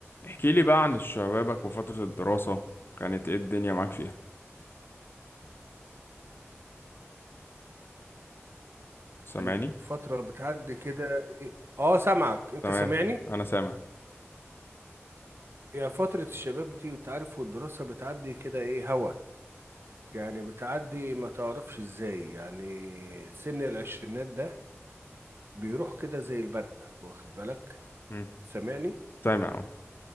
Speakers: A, on the left; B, on the right.
A: احكي لي بقى عن شبابك وفترة الدراسة كانت ايه الدنيا معاك فيها سامعني
B: يعني فترة بتعدي كده إيه؟ اه سامعك انت
A: تمام
B: سامعني
A: انا سامع
B: يا فترة الشباب دي انت عارف والدراسة بتعدي كده ايه هوا يعني بتعدي ما تعرفش ازاي يعني سن العشرينات ده بيروح كده زي البرق واخد بالك
A: مم.
B: سامعني
A: سامع اهو